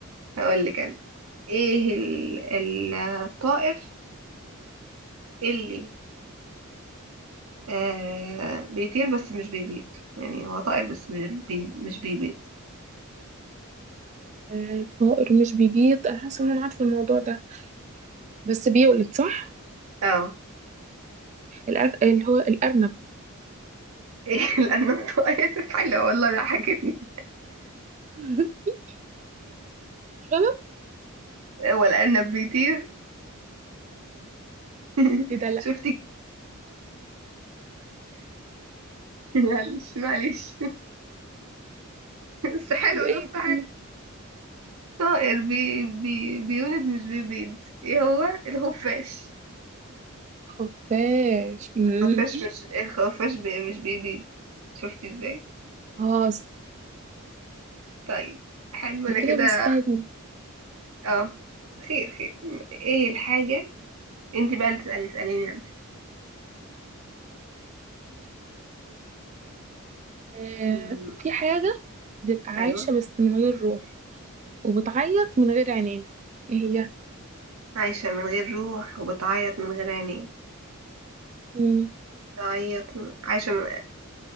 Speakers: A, on the right; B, on the right.
A: هقول لك انا ايه ال... ال- الطائر اللي آه بيطير بس مش بيبيض يعني هو طائر بس مش بي... مش بيبيض
B: آه، طائر مش بيبيض انا حاسه ان انا عارفه الموضوع ده بس بيولد صح
A: اه
B: الأر... اللي هو الارنب
A: <laughs> ايه لانه الطائر حلو والله ضحكتني <laughs>
B: <laughs> غلط
A: <laughs> والأرنب بيطير <laughs>
B: ايه ده لا
A: شفتي معلش معلش <laughs> بس حلو
B: طب ايه
A: نكتة
B: تاني
A: حلوة طائر بي بي بيولد مش بيبيض ايه هو الخفاش
B: خفاش مم.
A: الخفاش مش الخفاش بي مش بيبيض شفتي ازاي
B: اه
A: طيب حلو انا
B: اللي كده
A: كده
B: مستني
A: اه خير خير ايه الحاجة انت بقى اللي تسألي اسأليني انت
B: آه
A: مم.
B: في حاجه بتبقى عايشه
A: ايوه
B: بس من غير روح وبتعيط من غير عينين ايه هي
A: عايشة من غير روح وبتعيط من غير عينين
B: مم.
A: بتعيط من... عايشة من